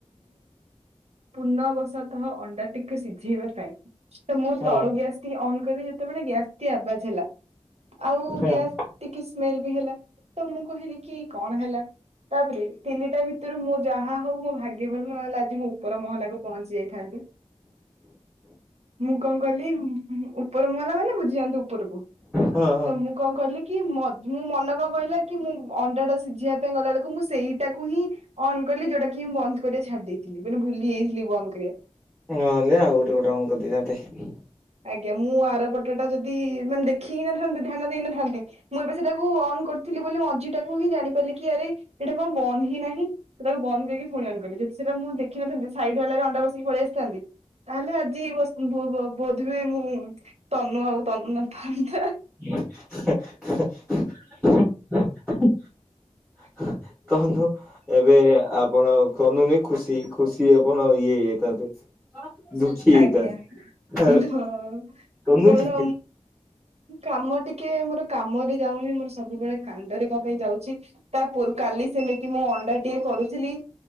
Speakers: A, on the right; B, in the centre.
A: ପୂର୍ଣବଶତଃ ଅଣ୍ଡା ଟିକୁ ସିଝେଇବା ପାଇଁ ତ ମୁଁ
B: ହଁ
A: ତଳୁ
B: ହଁ
A: ଗ୍ୟାସ୍ ଟିକେ ଅନ୍ କଲି ଯେତେବେଳେ, ଗ୍ୟାସ୍ ଟିକେ ଆବାଜ ହେଲା। ଆଉ ଗ୍ୟାସ୍
B: ହଁ
A: ଟିକେ ସ୍ମେଲ ବି ହେଲା। ତ ମୁଁ କହିଲି କି କଣ ହେଲା? ତାପରେ ତିନିଟା ଭିତରୁ ମୁଁ ଯାହା ହଉ ମୋ ଭାଗ୍ୟ ଭଲ ନହେଲେ ଆଜି ମୁଁ ଉପର ମହଲାକୁୁ ପହଞ୍ଚି ଯାଇ ଥାନ୍ତି। ମୁଁ କଣ କଲି ଉ ଉ ଉପର ମୁହଲା ମାନେ ବୁଝିଯାଆନ୍ତୁ ଉପରକୁ।
B: ହଁ ହଁ
A: ତ ମୁଁ କଣ କଲିକି, ମ ମୁଁ ମନ କଣ କହିଲା କି, ମୁଁ ଅଣ୍ଡା ଟା ସିଝିବା ପାଇଁ ଗଲାବେଳକୁ ମୁଁ ସେଇଟାକୁ ହିଁ ଅନ୍ କଲି, ଯୋଉଟା କିଁ ବନ୍ଦ କରିବା ଛାଡି ଦେଇଥିଲି, ମାନେ ଭୁଲି ଯାଇଥିଲି ବନ୍ଦ କରିବା।
B: ହଁଲେ ଆଉ ଗୋଟେ ଗୋଟେ ଅନ୍ କରିଦେଇଥାନ୍ତେ।
A: ଆଜ୍ଞା ମୁଁ ଆର ପଟଟା ଯଦି ମାନେ ଦେଖି ହିଁ ନଥାନ୍ତି, ଧ୍ୟାନ ଦେଇ ନଥାନ୍ତି ମୁଁ ଏବେ ସେଟାକୁ ଅନ୍ କରି ଥିଲି ବୋଲି, ମଝି ଟାକୁ ହିଁ ଜାଣିପାରିଲି କି ଆରେ ଏଇଟା କଣ ବନ୍ଦ ହି ନାହିଁ। ସେ ତାକୁ ବନ୍ଦ କରି ପୁଣି ଅନ୍ କଲି। ଯଦି ସେଟା ମୁଁ ଦେଖିନଥାନ୍ତି, ସାଇଡ୍ ବାଲାରେ ଅଣ୍ଡା ବସେଇକି ପଳେଇ ଆସିଥାନ୍ତି। ତାହେଲେ ଆଜି ବସ୍ ବୋ ବୋ ବୋଧହୁଏ ମୁଁ ତନୁ ଆଉ ତନୁ ନଥାନ୍ତି।
B: <unintelligible>
A: <inaudible>
B: ତନୁ ଏବେ ଆପଣ କନୁନି ଖୁସି ଖୁସି ଆପଣ ଇଏ ହେଇଥାନ୍ତେ। ଦୁଃଖୀ ହେଇଥାନ୍ତେ।
A: ଆଜ୍ଞା
B: ହଁ
A: <unintelligible> ହଁ
B: ତନୁ
A: କାରଣ।
B: କି
A: କାମ ଟିକେ ମୋର କାମରେ ଯାଉନି, ମୋର ସବୁବେଳେ କାଣ୍ଡରେ କ ପାଇଁ ଯାଉଛି। ତା ପୁର କାଲି ସେମିତି ମୋ ଅଣ୍ଡା ଟିଏ କରୁଥିଲି